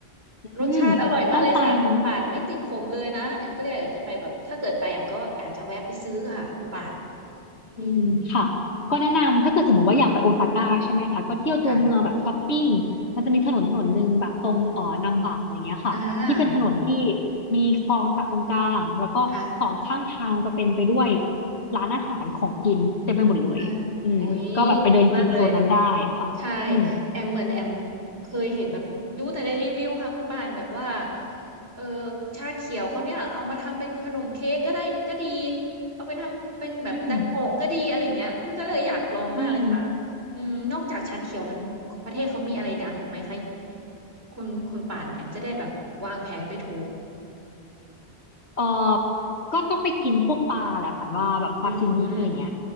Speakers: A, on the right; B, on the left.
A: รสชาติอร่อยมากเลยค่ะคุณป่านไม่ติดขมเลยนะแอมก็เลยอยากจะไปแบบถ้าเกิดไปแอมก็อาจจะแวะไปซื้อค่ะคุณป่าน
B: อืมต้องไปนะ
A: อืม
B: อืมค่ะก็แนะนำถ้าเกิดสมมติว่าอยากไปโอซาก้าใช่ไหมคะก็เที่ยวตัวเมืองแบบช้อปปิ้ง
A: ค่ะ
B: มันจะมีถนนถนนหนึ่งแบบตรงเอ่อนัมบะอะไรเงี้ยค่ะที่เป็นถนนที่
A: อ่า
B: มีคลองตัดตรงกลางแล้วก็สองข้างทางจะเต็มไปด้วย
A: ค่ะ
B: ร้านอาหารของกินเต็มไปหมดเลยอืมก็แบบไปเดินกินโซนนั้นได้ค่ะอืม
A: อ่าโอ้ยดีมากเลย ใช่แอมเหมือนแอมเคยเห็นแบบดูแต่ในรีวิวค่ะคุณปานแบบว่าเออชาเขียวเขาเนี่ยเอามาทำเป็นขนมเค้กก็ได้ก็ดีเอาไปทำเป็นแบบดังโงะก็ดีอะไรเงี้ยเออก็เลยอยากลองมากเลยค่ะ
B: อืมอืม
A: อืมนอกจากชาเขียวมันประเทศเขามีอะไรดังอีกไหมคะคุณคุณป่านแอมจะได้แบบวางแผนไปถูก
B: เออก็ต้องไปกินพวกปลาแหละฝันว่าแบบซาซิมิอะไรเงี้ย
A: อืม